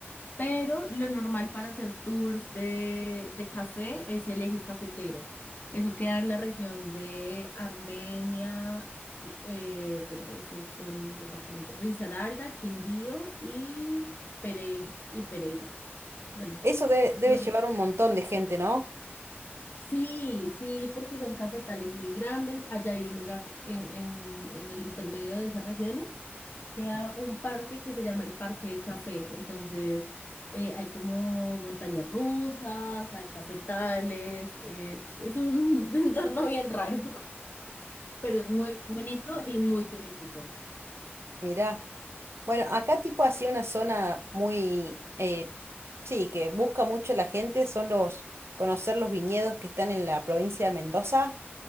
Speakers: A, on the left; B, on the right.
A: Pero lo normal para hacer tours de, de café es el eje cafetero. Eso queda en la región de Armenia, eh, bueno, esos son departamentos, Risaralda, Quindío y, Perei- y Pereira. Bueno,
B: Eso debe, debe
A: no
B: llevar
A: sé.
B: un montón de gente, ¿no?
A: Sí, sí, porque son cafetales muy grandes. Allá hay un lugar en, en en el intermedio de esas regiones queda un parque que se llama el Parque del Café. Entonces, eh, hay como montañas rusas, hay cafetales, es, es un <laughs> entorno bien raro, pero es muy bonito y muy turístico.
B: Mirá. Bueno, acá tipo así una zona muy, eh, sí, que busca mucho la gente, son los, conocer los viñedos que están en la provincia de Mendoza.